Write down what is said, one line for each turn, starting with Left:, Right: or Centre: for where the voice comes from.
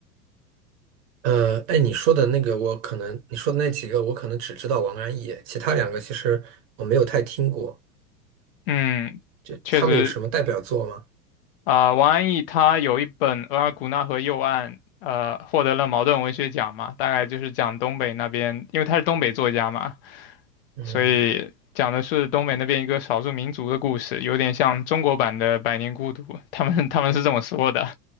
Right: 呃，哎，你说的那个我可能你说的那几个我可能只知道王安忆，其他两个其实我没有太听过。
Left: 嗯，
Right: 就他们有什么代表作吗？
Left: 确实啊、王安忆他有一本《额尔古纳河右岸》，呃，获得了茅盾文学奖嘛，大概就是讲东北那边，因为他是东北作家嘛，
Right: 嗯
Left: 所以讲的是东北那边一个少数民族的故事，有点像中国版的《百年孤独》，他们他们是这么说的。